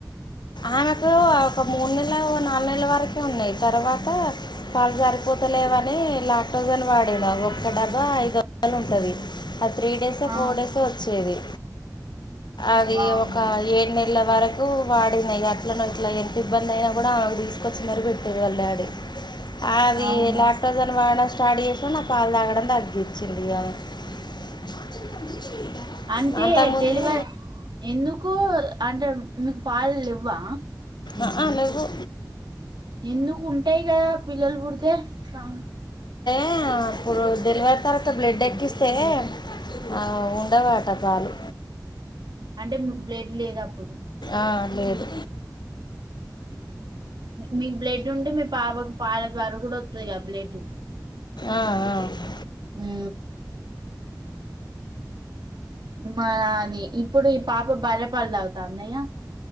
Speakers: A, on the left; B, on the right.
A: ఆమెకు ఒక మూడు నెల్లేమో నాలుగు నెలల వరకే ఉన్నాయి తర్వాత పాలు సరిపో తలేవని లాక్టోజన్ వాడేవారు ఒక్క డబ్బా ఐదొ <unintelligible> ఉంటది ఆ త్రీ డేసో
B: ఆ
A: ఫోర్ డేసో వచ్చేది అది
B: వామ్మో
A: ఒక ఏడు నెల్ల వరకు వా డిన అట్లనో ఇట్లనో ఎంత ఇబ్బంది అయినా కూడా ఆమెకు తీసుకొచ్చి మరీ పెట్టేది వాళ్ళు డాడీ అది
B: అవును
A: ల్యాక్టోజ్ అని వాడడం స్టార్ట్ చేసినా నాకు పాలు తాగడం తగ్గిచ్చింది ఆమె <inaudible>
B: అంటే
A: అంతకుముందు
B: డెలివరీ ఎందుకు అంటే మీకు పాలుల్లేవ్ వా
A: అహా లెవ్వు
B: ఎందుకు ఉంటాయి కదా పిల్లలు పుడితే పాలు
A: ఆ అప్పుడు డెలివరి తర్వాత బ్లడ్ ఎక్కిస్తే ఆ ఉండవట పాలు
B: అంటే మీకు బ్లడ్ లేదు అప్పుడు
A: ఆ లేదు
B: మీకు బ్లడ్ ఉంటే మీ పాపకి పాల ద్వర కూడా వస్తుది క బ్లడ్
A: ఆ, ఆ.
B: ఊ మ అది ఇప్పుడు పాప బర్రె పాలు తాగుతుందా ఇగ